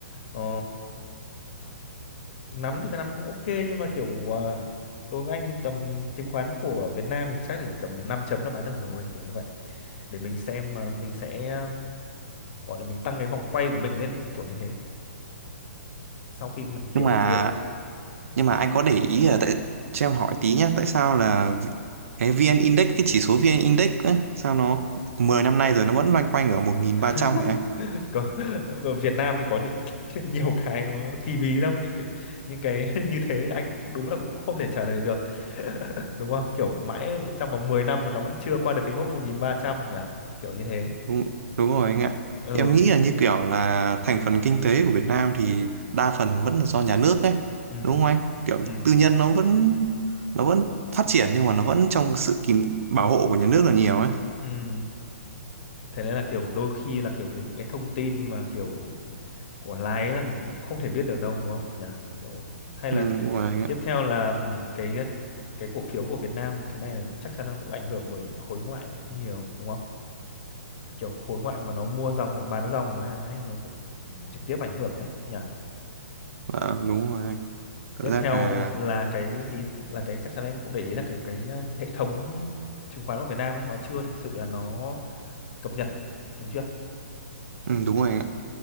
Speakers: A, on the left; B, on the right.
A: ờ, nắm thì cái nắm cũng ok nhưng mà kiểu à, đối với anh thì tầm chứng khoán của Việt Nam thì chắc là chỉ tầm 5 chấm là bán được rồi kiểu như vậy để mình xem à, mình sẽ gọi là mình tăng cái vòng quay của mình lên ấy kiểu như thế sau khi mình kiếm
B: Nhưng mà
A: được tiền
B: Nhưng
A: ừ.
B: mà anh có để ý là tại cho em hỏi tí nhá, tại sao là vi- cái VN Index cái chỉ số VN Index á, sao nó 10 năm nay rồi nó vẫn loanh quanh ở 1.300
A: <laughs>
B: vậy anh?
A: có ở Việt Nam thì có những <laughs> nhiều cái nó kỳ bí lắm những cái những cái <laughs> như thế thì anh cũng đúng là cũng không thể trả lời được <laughs> đúng không kiểu mãi trong vòng 10 năm mà nó vẫn chưa qua được cái mốc 1.300 nhỉ kiểu như thế
B: Đúng đúng rồi anh ạ.
A: ừ
B: Em nghĩ là như kiểu là thành phần kinh tế của Việt Nam thì đa phần vẫn là do nhà nước đấy
A: ừ
B: đúng không anh? Kiểu
A: ừ
B: tư nhân nó vẫn nó vẫn phát triển nhưng mà nó vẫn trong sự kìm bảo hộ của nhà nước là nhiều ấy.
A: ừ thế nên là kiểu đôi khi là kiểu cái những cái thông tin mà kiểu của lái là mình cũng không thể biết được đâu đúng không nhỉ kiểu hay là
B: Ừ, đúng rồi anh ạ.
A: tiếp theo là ừm, cái cái cổ phiếu của Việt Nam thế này là chắc chắn là cũng ảnh hưởng bởi khối ngoại cũng nhiều đúng không kiểu khối ngoại mà nó mua dòng hoặc bán dòng ấy, đấy, nó cũng trực tiếp ảnh hưởng đấy nhỉ
B: Dạ, đúng rồi anh. Cảm
A: tiếp
B: giác
A: theo
B: là
A: là cái gì là cái chắc chắn em cũng để ý là kiểu cái um, hệ thống chứng khoán của Việt Nam ấy nó chưa thực sự là nó cập nhật đúng chưa
B: ừ, đúng rồi anh ạ.